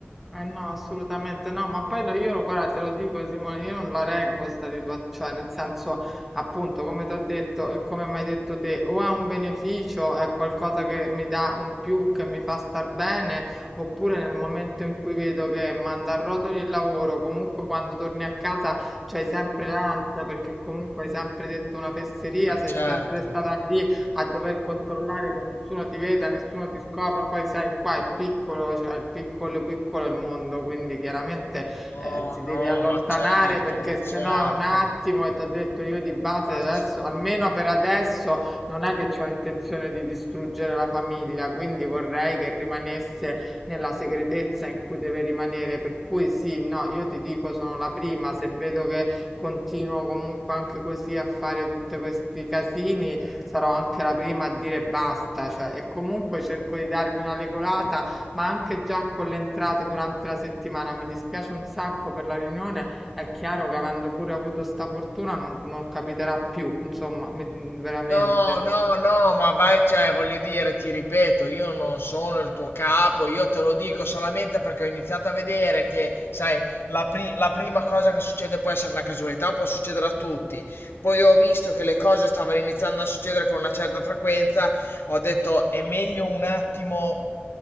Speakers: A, in the centre; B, on the left.
A: Eh no, assolutamente no, ma poi no, io no, guarda, te lo dico Simone, io non la reggo sta situazione, cioè nel senso, appunto, come ti ho detto e come mi hai detto te, o è un beneficio, è qualcosa che mi dà un più, che mi fa star bene, oppure nel momento in cui vedo che manda a rotoli il lavoro, comunque quando torni a casa c'hai sempre l'ansia perché comunque hai sempre detto una fesseria,
B: Ma
A: sei
B: certo.
A: sempre stata lì a dover controllare che nessuno ti veda, nessuno ti scopra. Poi sai, qua è piccolo, cioè il piccolo piccolo è il mondo, quindi chiaramente
B: No,
A: eh, ti
B: no,
A: devi allontanare
B: ma certo,
A: perché
B: ma
A: sennò
B: certo,
A: è un attimo e ti ho detto io di base
B: ma
A: adesso,
B: certo.
A: almeno per adesso, non è che ho intenzione di distruggere la famiglia, quindi vorrei che rimanesse nella segretezza in cui deve rimanere. Per cui sì, no, io ti dico sono la prima, se vedo che continuo comunque anche così a fare tutti questi casini, sarò anche la prima a dire basta, cioè, e comunque cerco di darmi una regolata, ma anche già con le entrate durante la settimana. Mi dispiace un sacco per la riunione, è chiaro che avendo pure avuto sta fortuna non, non capiterà più, insomma, mi- veramente.
B: No, no, no, ma vai, cioè, voglio dire, ti ripeto, io non sono il tuo capo, io te lo dico solamente perché ho iniziato a vedere che, sai, la, pri- la prima cosa che succede può essere una casualità, può succedere a tutti. Poi ho visto che le cose stavano iniziando a succedere con una certa frequenza, ho detto è meglio un attimo